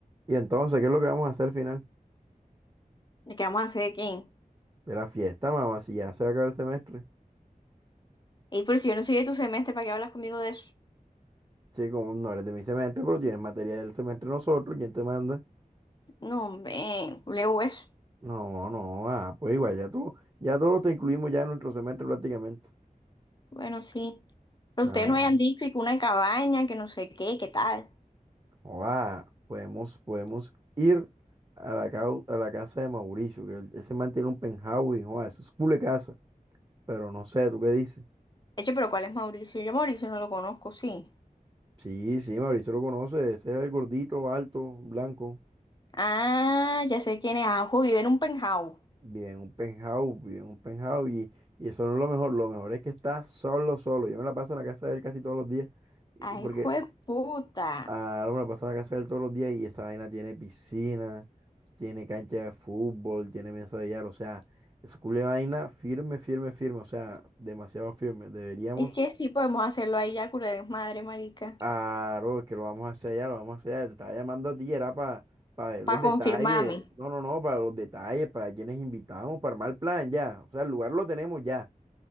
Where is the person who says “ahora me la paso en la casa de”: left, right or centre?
Right